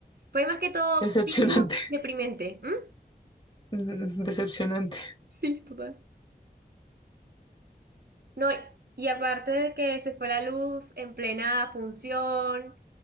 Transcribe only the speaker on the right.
fue más que todo
pico
deprimente. ¿m?
Sí, total. No, y y aparte de que se fue la luz en plena función